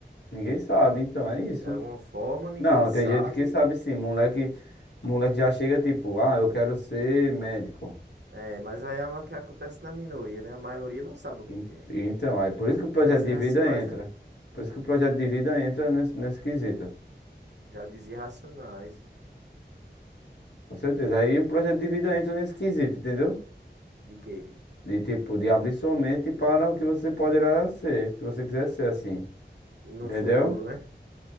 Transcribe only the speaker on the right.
De alguma forma, ninguém
sabe.
É, mas aí é o que acontece na minoria, né? A maioria não sabe o que
quer.
Já dizia
Racionais,
né?
Já dizia Racionais.
De quê?
No
futuro, né?